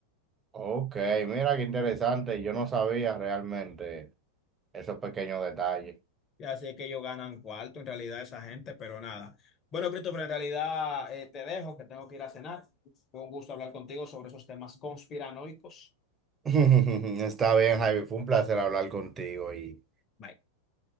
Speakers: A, on the right; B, on the left.
A: Ok, mira qué interesante. Yo no sabía realmente esos pequeños detalles.
B: Así es que ellos ganan cuarto en realidad esa gente, pero nada. Bueno, Christopher, en realidad eh, te dejo, que tengo que ir a cenar. Fue un gusto hablar contigo sobre esos temas conspiranoicos.
A: <laughs> Está bien, Javi. Fue un placer hablar contigo y
B: Bye.